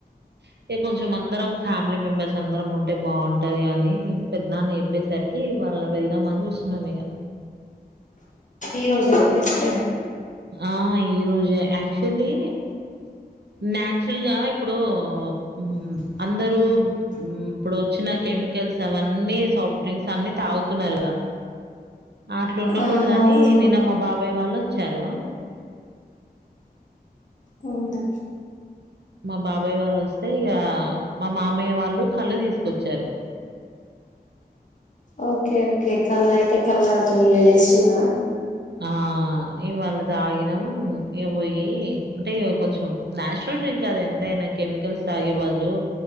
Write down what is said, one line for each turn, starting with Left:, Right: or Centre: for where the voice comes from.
Right: అంటే కొంచెం అందరం ఫ్యామిలీ మెంబెర్స్ అందరం ఉంటే బాగుంటది అని పెద్ద నాన్న చెప్పేసరికి ఇవాళ వెళ్దామని చూస్తున్నాం ఇక
Left: ఈరోజే వస్తారు
Right: ఆ ఈ రోజు యాక్చుల్లి న్యాచురల్ గా ఇప్పుడు ఉమ్ అందరూ ఉమ్ ఇప్పుడు వచ్చిన కెమికల్స్ అవన్నీ సాఫ్ట్ డ్రింక్స్ అన్ని తాగుతున్నారు కదా అట్లుండకూడదని
Left: ఆ అవునమ్మా
Right: నిన్న మా బాబాయ్ వాళ్ళ వచ్చారు
Left: అవునా
Right: మా బాబాయ్ వాళ్ళు వస్తే ఇక మా మామయ్య వాళ్ళు కళ్ళు తీసుకొచ్చారు
Left: ఓకే ఓకే కళ్ళైతే అయితే కళ్ళు తాగుతూ ఎంజాయ్ చేస్తున్నారా
Right: ఆ ఇవాళ తాగినం ఇ పోయి అంటే కొంచెం ఆ ఆ ఇవ్వాళ తాగినం ఇక పొయ్యి అంటే కొంచెం నాచురల్ డ్రింక్ కదా ఎంతైనా కెమికల్స్ తాగే బదులు